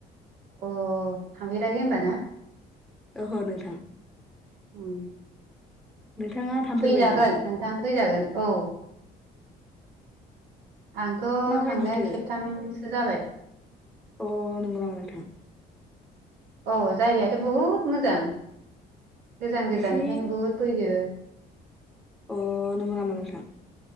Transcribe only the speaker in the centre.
ओहो नोंथां।
नोंथाङा थांफेरबाय
नामा
माबायदिथो
अ नंगौ नामा नोंथां?
एसे
अ नोंगौ नामा नोंथां?